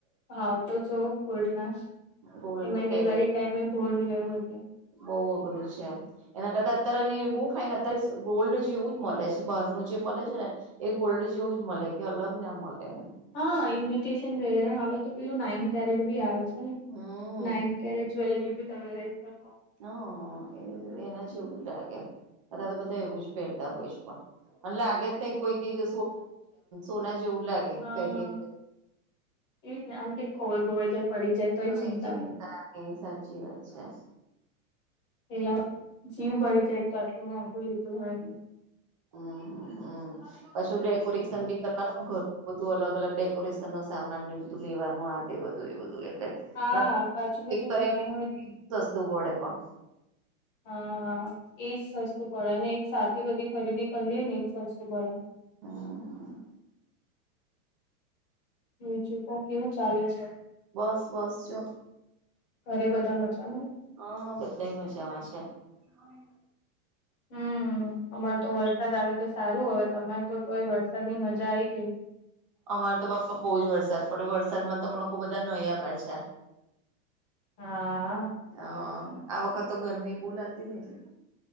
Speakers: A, on the left; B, on the right.
A: ભાવ તો છો બોલના
B: ગોલ્ડ
A: એમાંરી
B: તો પહેરાય
A: દિવાળી ટાઈમે? કોડ લેવું
B: બહુ અઘરું છે. એના કરતા અત્યારે બહુ ફાઇન અત્યારે ગોલ્ડ જેવું જ મળે છે બહારનું જે મળે છે ને? એ ગોલ્ડ જેવું જ મળે કે અલગ ના મળે એમ.
A: હા ઇન્વીિટેશન જ્વેલરી હવે તો પેલું નાઈન કેરેટ બી આવે છે ને?
B: હા
A: નાઇન કેરેટ જ્વેલરી પણ તમે લઈ શકો છો.
B: હા, એવું જ લાગે છે. બધા લોકો પણ એવું જ પહેરતા હોય છે, પણ લાગે જ નહીં, કે કોઈ કિધુ સોના જેવું જ લાગે.
A: હા,
B: પહેરીએ
A: એ જ ન જો ખોવાઈ જાય કે પડી જાય તોય
B: હા
A: ચિંતા
B: એકદમ
A: નહી
B: લાગે સાચી વાત છે.
A: એટલે આમ જીવ બળી જાય આટલું મોંઘું લીધું હોય ન.
B: <unintelligible> પછી ડેકોરેશન
A: એટલે
B: પણ કરવાનું હોય, અલગ-અલગ ડેકોરેશનનો સામાનને લેવાનું આ તે બધું એ એટલે. <inaudible>
A: હા
B: મળે
A: પાછું બધું
B: પણ.
A: લેવાનું હોય હા, એ જ સસ્તું પડે. એક સાથે બધી ખરીદી કરી લઈએ તો પણ સસ્તું પડે.
B: હમ્મ... હા.
A: બીજું કો કેવું ચાલે છે
B: બસ બસ, જો.
A: ઘરે બધા મજામાં?
B: હા, બધાય મજામાં છે. હા
A: હમ્મ, અમારે તો વરસાદ આવે તો સારું હવે, તમારે તો વરસાદની મજા આવી ગઈ.
B: અમારે તો બહુ જ વરસાદ પડ્યો. વરસાદમાં અમે બધા નાહ્યા પાછા.
A: હા.
B: હા, આ વખતે તો ગરમી બહુ લાગતી તીન.